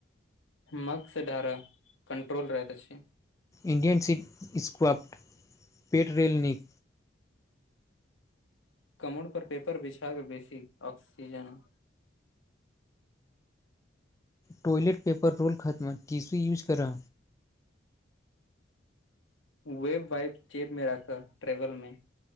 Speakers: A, on the left; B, on the left.
A: मगसँ ढारऽ कंट्रोल रहैत छै।
B: इण्डियन सी स्क्वाफ्ट पेट रेल निक।
A: कमर पर पेपर बिछा के बेसी ऑक्सीजन।
B: टॉयलेट पेपर रोल खत्म तीसी यूज करा।
A: वेब वइ चेप मे राख ट्रेवल मे